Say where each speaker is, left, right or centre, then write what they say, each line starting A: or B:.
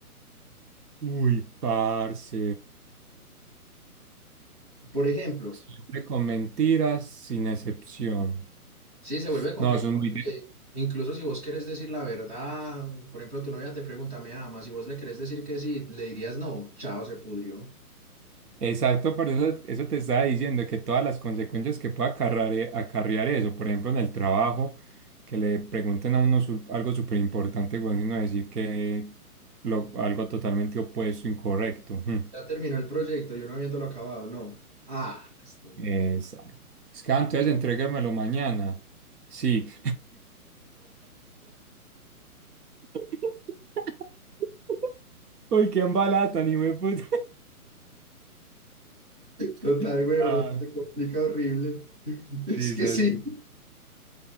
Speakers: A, on the right; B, on the right.
A: Uy, parce.
B: Por ejemplo,
A: Siempre con mentiras, sin excepción.
B: sí, se vuelve complicado
A: No, son muy...
B: porque incluso si vos querés decir la verdad, por ejemplo, tu novia te pregunta, ¿me amas? Si vos le querés decir que sí, le dirías no, chao, se pudrió.
A: Exacto, por eso, eso te estaba diciendo que todas las consecuencias que pueda acarrar- eh, acarrear, eso, por ejemplo, en el trabajo, que le pregunten a uno su- algo súper importante, bueno, y uno decir que lo, algo totalmente opuesto, incorrecto. Ujú.
B: Ya terminó el proyecto y uno habiéndolo acabado, no. Ah, este güey.
A: Exacto. Es que "Ah, entonces entréguemelo mañana. Sí. <laughs> Uy, qué embalada, ni me puta. <laughs>
B: total, huevón,
A: Ah,
B: se complica horrible. <laughs> Es
A: sí,
B: que
A: sí,
B: sí,
A: sí.